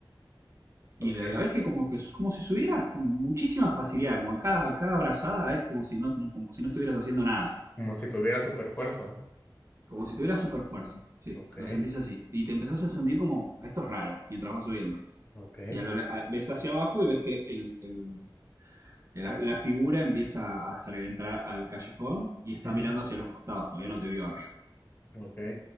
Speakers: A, on the right; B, on the left.
A: Y
B: ok.
A: la, la ves que como, que es como si subieras con muchísima facilidad, como que cada, cada brazada es como si, no, no- como si no estuvieras haciendo nada.
B: Como si tuviera super fuerza.
A: Como si tuviera super fuerza. Sí,
B: Ok,
A: lo sentís así. Y te empezás a sentir como, esto es raro, mientras vas subiendo.
B: ok.
A: Y a lo- a- ves hacia abajo y ves que el- el- la, la figura empieza a hacer entrar al callejón y está
B: ujú,
A: mirando hacia los costados, todavía no te vio arriba.
B: ok.